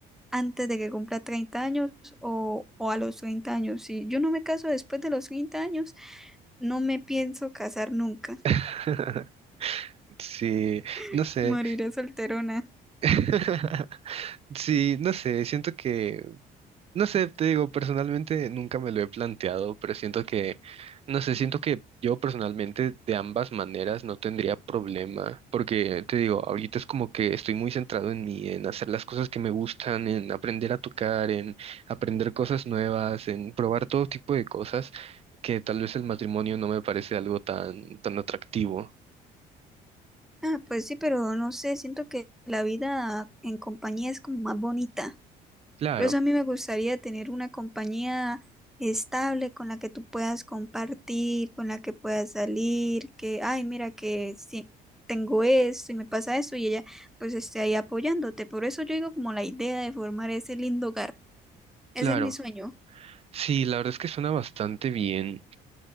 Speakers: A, in the centre; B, on the right.
A: antes de que cumpla 30 años o, o a los 30 años. Si yo no me caso después de los 30 años, no me pienso casar nunca.
B: <laughs> Sí,
A: <laughs>
B: no sé.
A: Moriré solterona.
B: <laughs> Sí, no sé, siento que No sé, te digo, personalmente nunca me lo he planteado, pero siento que, no sé, siento que yo personalmente de ambas maneras no tendría problema, porque te digo, ahorita es como que estoy muy centrado en mí, en hacer las cosas que me gustan, en aprender a tocar, en aprender cosas nuevas, en probar todo tipo de cosas que tal vez el matrimonio no me parece algo tan, tan atractivo.
A: Ah, pues sí, pero no sé, siento que la vida en compañía es como más bonita.
B: Claro,
A: Por eso a mí me gustaría tener una compañía estable con la que tú puedas compartir, con la que puedas salir, que, ay, mira que si tengo esto y me pasa esto y ella pues esté ahí apoyándote. Por eso yo digo como la idea de formar ese lindo hogar. Ese
B: claro.
A: es mi sueño.
B: Sí, la verdad es que suena bastante bien.